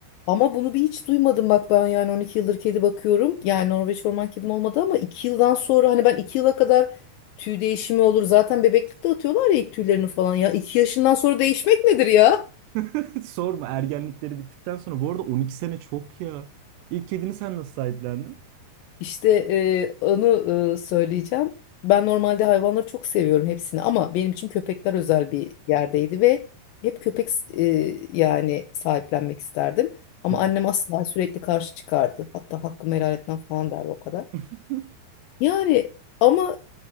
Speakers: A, on the left; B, on the right.
A: ama bunu bir hiç duymadım bak ben yani 12 yıldır kedi bakıyorum. Yani Norveç orman kedim olmadı ama 2 yıldan sonra hani ben 2 yıla kadar tüy değişimi olur. Zaten bebeklikte atıyorlar ya ilk tüylerini falan ya. iki yaşından sonra değişmek nedir ya?
B: Hiç sorma ergenlikleri bittikten sonra. Bu arada 12 sene çok ya. İlk kedini sen nasıl sahiplendin?
A: İşte e, onu e, söyleyeceğim. Ben normalde hayvanları çok seviyorum hepsini ama benim için köpekler özel bir yerdeydi ve hep köpek e, yani sahiplenmek isterdim. Ama
B: Hı hı.
A: annem asla sürekli karşı çıkardı. Hatta hakkımı helal etmem falan derdi o kadar.
B: <laughs>
A: Yani ama